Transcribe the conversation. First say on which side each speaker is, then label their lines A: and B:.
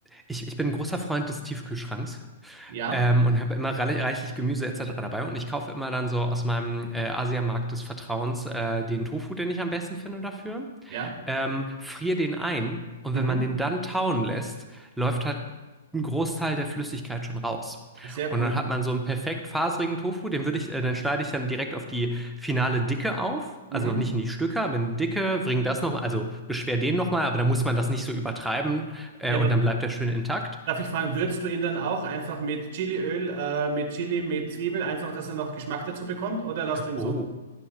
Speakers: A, in the centre; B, on the right.
A: ich, ich bin ein großer Freund des Tiefkühlschranks.
B: Ja,
A: Ähm, und habe immer rei- reichlich Gemüse etc. dabei. Und ich kaufe immer dann so aus meinem äh, Asiamarkt des Vertrauens äh, den Tofu, den ich am besten finde dafür.
B: ja.
A: Ähm, friere den ein und
B: Mhm.
A: wenn man den dann tauen lässt, läuft halt ein Großteil der Flüssigkeit schon raus.
B: Sehr
A: Und
B: cool.
A: dann hat man so einen perfekt faserigen Tofu, den würde ich, äh, den schneide ich dann direkt auf die finale Dicke auf.
B: Mhm.
A: Also noch nicht in die Stücke, aber in die Dicke, bring das nochmal, also beschwer den nochmal, aber dann muss man das nicht so übertreiben, äh,
B: Ja,
A: und
B: aber
A: dann bleibt der schön intakt.
B: darf ich fragen, würzt du ihn dann auch einfach mit Chiliöl, äh, mit Chili, mit Zwiebel, einfach, dass er noch Geschmack dazu bekommt? Oder lässt du ihn
A: Oh.
B: so?